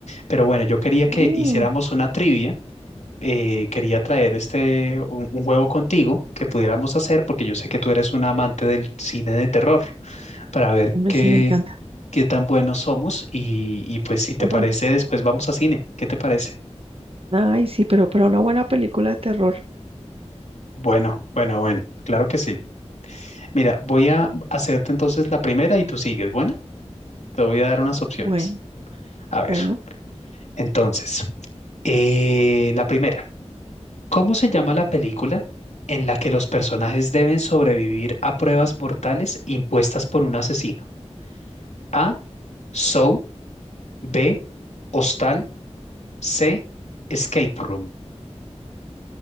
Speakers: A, on the left; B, on the right.
A: Pero bueno, yo quería que
B: Mm,
A: hiciéramos una trivia. eh, quería traer este un, un juego contigo que pudiéramos hacer porque yo sé que tú eres un amante del cine de terror para ver
B: hombre,
A: qué,
B: sí, me encanta.
A: qué tan buenos somos y, y pues si
B: <laughs>
A: te parece después vamos a cine. ¿Qué te parece?
B: Ay, sí, pero para una buena película de terror.
A: Bueno, bueno, bueno, claro que sí. Mira, voy a hacerte entonces la primera y tú sigues. Bueno, te voy a dar unas opciones.
B: Bueno,
A: A ver,
B: bueno.
A: entonces, Eh, la primera, ¿cómo se llama la película en la que los personajes deben sobrevivir a pruebas mortales impuestas por un asesino? A. Saw. B. Hostal. C. Escape Room.